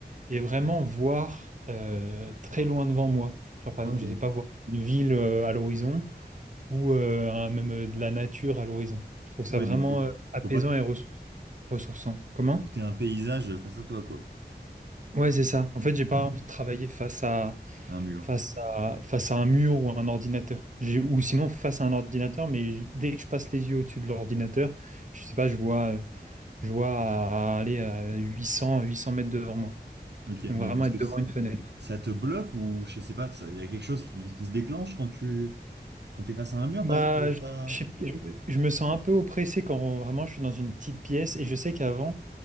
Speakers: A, on the right; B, on the right.
A: et vraiment voir euh, très loin devant moi. Genre, par
B: ok.
A: exemple, je ne sais pas, voir une ville euh, à l'horizon ou euh, un- même euh, de la nature à l'horizon. Je trouve ça
B: Ouais,
A: vraiment
B: donc faut,
A: euh, apaisant
B: faut pas
A: et ressour- ressourçant. Comment?
B: faut que t'aies un paysage face à toi, quoi.
A: Ouais, c'est ça. En fait, j'ai pas envie de travailler face à
B: Un mur.
A: face à, face à un mur ou à un ordinateur. J'ai- Ou sinon face à un ordinateur, mais dès que je passe les yeux au-dessus de l'ordinateur, je sais pas, je vois, euh, je vois à- à aller à 800, 800 mètres devant moi.
B: Ok,
A: Donc
B: mais
A: vraiment
B: parce
A: être
B: que c-
A: devant une fenêtre.
B: ça te bloque ou je sais pas, il y a quelque chose qui, qui se déclenche quand tu quand t'es face à un mur,
A: Bah,
B: par exemple, t'arrives
A: je,
B: pas.
A: je sais- je- je me sens un peu oppressé quand vraiment je suis dans une petite pièce et je sais qu'avant,